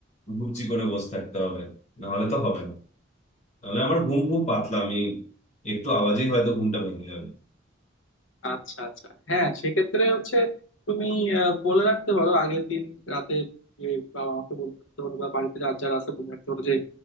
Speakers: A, on the left; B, on the left.
A: ঘুপচি করে বসে থাকতে হবে না হলে তো হবে না নাহলে আমার ঘুম খুব পাতলা আমি একটু আওয়াজেই হয়তো ঘুমটা ভেঙে যাবে
B: আচ্ছা আচ্ছা হ্যাঁ সেক্ষেত্রে হচ্ছে তুমি আহ, বলে রাখতে পারো আগের দিন রাতে যে বাবা মাকে বলে রাখতে পারো বা বাড়িতে যার যারা আছে বলে রাখতে পারো যে